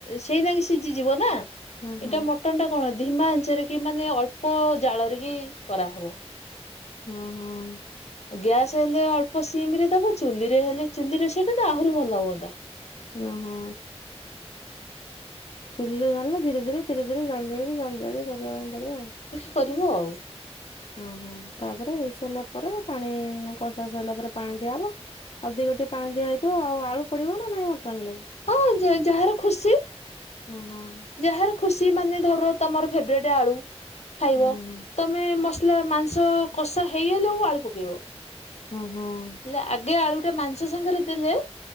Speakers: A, on the left (about 80°); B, on the left (about 60°).
A: ସେଇରାକ ସିଝିଯିବ ନା?
B: ହଁ ହଁ
A: ଏଇଟା ମଟନ ଟା କଣ ଧିମା ଆଞ୍ଚରେ କି ମାନେ ଅଳ୍ପ ଜାଳରେ ହିଁ କରାହେବ।
B: ହଁ ହଁ।
A: ଗ୍ୟାସ ହେଲେ ଅଳ୍ପ ସିମ ରେ ଦବ ଚୁଲିରେ ହେଲେ ଚୁଲିରେ ସେଟା ତ ଆହୁରି ଭଲ ହୁଅନ୍ତା।
B: ଓ ହୋ। ଚୁଲିରୋ ନା ଧୀରେ ଧୀରେ ଧୀରେ ଧୀରେ ଜଳିକି ଜାଲି ଜାଳି କରିବା ପାଇଁ ପଡିବ ଆଉ।
A: ସରିବ ଆଉ।
B: ଓହୋ ତାପରେ ହେଇସାରିଲା ପରେ ପାଣି କଷା ସରିଲା ପରେ ପାଣି ଦିଆହବ। ଅଧିକ ଟିକେ ପାଣି ଦିଆ ହେଇଥିବ ଆଉ ଆଳୁ ପଡିବ ନା ନାଇଁ ମଟନ ରେ?
A: ହଁ ଯାହାର ଖୁସି।
B: ହଁ ହଁ।
A: ଯାହାର ଖୁସି ମାନେ ଧର ତମର ଫେବରେଟ୍ ଆଳୁ, ଖାଇବ।
B: ଓହୋ
A: ତମେ ମସଲା ମାଂସ କଷା ହେଇ ଆଇଲା ବେଳକୁ ଆଳୁ ପକେଇବ।
B: ହଁ-ହଁ।
A: ହେଲେ ଆଗେ ଆଳୁଟା ମାଂସ ସାଙ୍ଗରେ ଦେଲେ